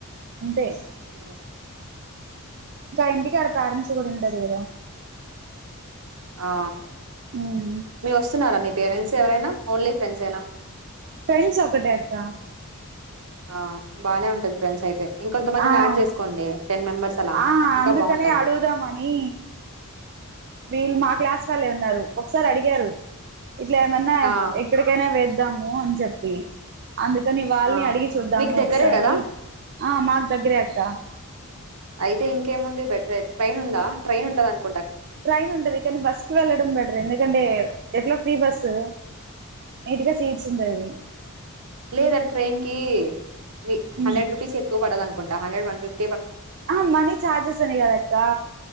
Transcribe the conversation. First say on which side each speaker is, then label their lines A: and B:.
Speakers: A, on the right; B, on the right.
A: అంతే
B: ఆ
A: ఇంటి కాడ ప్యారెంట్స్ కూడా ఉంటది కదా
B: ఆ
A: ఉమ్
B: మీ వస్తున్నారా మీ పేరెంట్స్ ఎవరైనా ఓన్లీ ఫ్రెండ్స్ అయినా
A: ఫ్రెండ్స్ ఒకటే అక్క
B: ఆ బానే ఉంటది ఫ్రెండ్స్ అయితే ఇంకొంత మందిని
A: ఆ
B: యాడ్ చేసుకోండి టెన్ మెంబర్స్ అలా
A: ఆ
B: ఇంకా
A: అందుకనే
B: బాగుంటది
A: అడుగుదామని వీళ్ళు మా క్లాస్ వాళ్ళే ఉన్నారు ఒ ఒకసారి అడిగారు ఇట్లా ఏమన్నా
B: ఆ
A: ఎక్కడికైనా వేద్దాం నో అని చెప్పి అందుకని వాళ్ళని
B: ఆ
A: అడిగి చూద్దాము
B: మీకు దగ్గరే
A: ఒకసారి
B: కదా
A: ఆ మాక్ దగ్గరే అక్క
B: అయితే ఇంకేముంది బెటరె ట్రైన్ ఉందా ట్రైన్ ఉంటాదానికి
A: ట్రైన్ ఉంటది కానీ బస్ కి వెళ్ళడం బెటర్ ఎందుకంటే ఎట్లా ఫ్రీ బస్సు నీట్గా సీట్స్ ఉంటాయి
B: లేదండి ట్రైన్ కి మీ
A: ఉమ్
B: హండ్రెడ్ రూపీస్ ఎక్కువ పడదు అనుకుం హండ్రెడ్ వన్ ఫిఫ్
A: ఆ మనీ చార్జెస్ అని కాదు అక్క